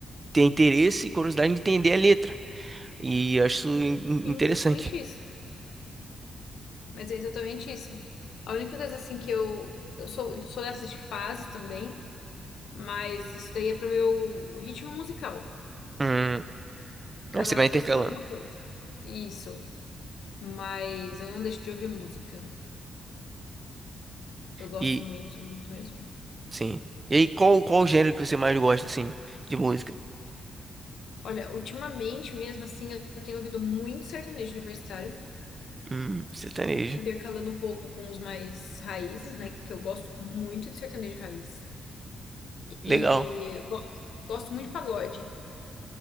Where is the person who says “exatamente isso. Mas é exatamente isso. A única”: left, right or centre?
Left